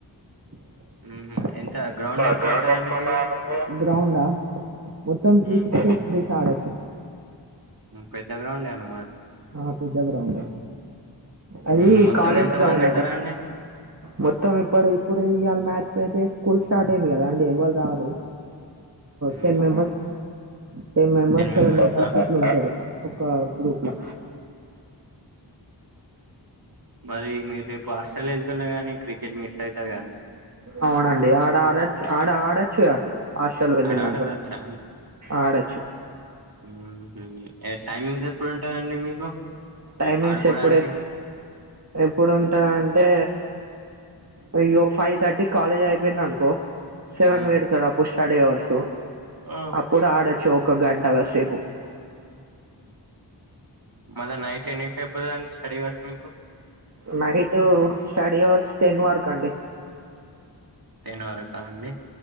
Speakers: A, on the right; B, on the right.
A: <unintelligible>
B: హుహు. ఎంత గ్రౌండ్
A: మీరు
B: ఎట్లుంటదండి మీది?
A: గ్రౌండ్ మొత్తం త్రీస్స్
B: హ్మ్.
A: ఆడచ్చు
B: పెద్ద గ్రౌండే అన్నమాట
A: ఆ, పెద్ద గ్రౌండ్ గా అది
B: హ్మ్. మొత్తం
A: కాలేజ్
B: ఎంతమందుంటారండి?
A: గౌండ్ అండి మొత్తం ఇప్పుడు ళ మ్యాచ్ అయితే స్కూల్ స్టార్ట్ అయింది కదా అండి ఎవవాళ రాదు
B: హ్మ్.
A: టెన్ మెంబర్స్ టెన్ మెంబెర్స్ సెవెన్
B: మెంబర్సా?
A: మెంబెర్స్ అట్లు ఉంటాడు ఒక గ్రూప్ లో
B: మరి మీరు రేపు హాస్టల్ వెళ్తున్న కానీ క్రికెట్ మిస్ అవుతారు కదడి
A: అవునండి ఆడ ఆడచ్చు ఆడ ఆడొచ్చుగా ఆశల్ వెల్ళ
B: ఆడ
A: నంకా
B: ఆడదచ్చా
A: ఆడచ్చు
B: హ్మ్ టైమింగ్స్ ఎప్పుడు వుంటాయండి మీకు
A: టైమింగ్స్
B: ఆడుకోవడానికి
A: ఎప్పుడు ఎ ఎప్పుడుంటార అంటే అయ్యో ఫైవ్ థర్టీ కాలేజ్ అయిపోయింది అనుకో సెవెన్
B: మ్మ్.
A: వేడుతాడా పుష్ స్టడీ అవేర్సు
B: ఆ
A: అప్పుడు ఆడొచ్చు ఒక గంట వసేపు
B: మళ్ళా నైట్ ఎన్నిటికి అయిపోతుందండి స్టడీ అవర్స్ మీకు
A: నైట్ స్టడీ అవర్స్ టెన్ వర్క్ అండి
B: టెన్ వరతా అండి